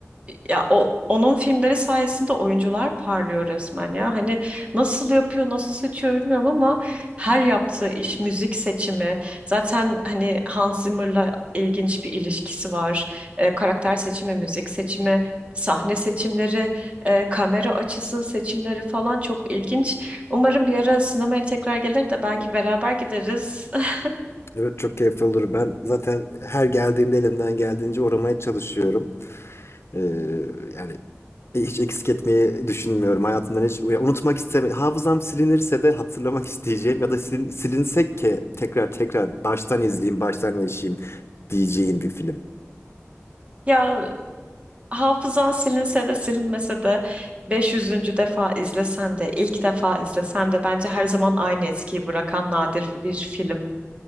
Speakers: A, on the right; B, on the left.
A: Ya o onun filmleri sayesinde oyuncular parlıyor resmen ya. Hani nasıl yapıyor, nasıl seçiyor bilmiyorum ama her yaptığı iş, müzik seçimi, zaten hani Hans Zimmer'la ilginç bir ilişkisi var. Ee, karakter seçimi, müzik seçimi, sahne seçimleri, e, kamera açısı seçimleri falan çok ilginç. Umarım bir ara sinemaya tekrar gelir de belki beraber gideriz. <laughs>
B: Evet çok keyifli olur. Ben zaten her geldiğimde elimden geldiğince uğramaya çalışıyorum. Ee, yani Hiç eksik etmeyi düşünmüyorum. Hayatımdan hiç ya unutmak istemiyorum. Hafızam silinirse de hatırlamak <laughs> isteyeceğim ya da silin, silinsek ki tekrar tekrar baştan izleyeyim, baştan yaşayayım diyeceğim bir film.
A: Ya hafızan silinse de silinmese de 500. defa izlesen de ilk defa izlesen de bence her zaman aynı etkiyi bırakan nadir bir film.